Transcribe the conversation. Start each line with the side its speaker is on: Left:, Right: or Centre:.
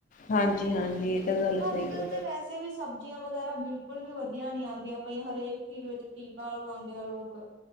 Left: ਹਾਂਜੀ- ਹਾਂਜੀ। ਤਾਂ ਗੱਲ
Right: ਅੱਜ
Left: ਸਹੀ
Right: -ਕੱਲ੍ਹ
Left: ਹੈ
Right: ਤਾਂ ਵੈਸੇ ਕਿਸੇ ਵੀ ਸਬਜ਼ੀਆਂ ਵਗੈਰਾ ਬਿਲਕੁਲ ਵੀ ਵਧੀਆ ਨੀ ਆਉਂਦੀਆਂ, ਪਈਆਂ ਹਰੇਕ ਚੀਜ਼ ਵਿੱਚ ਟੀਕਾ ਲਗਾਉਂਦੇ ਆ ਲੋਕ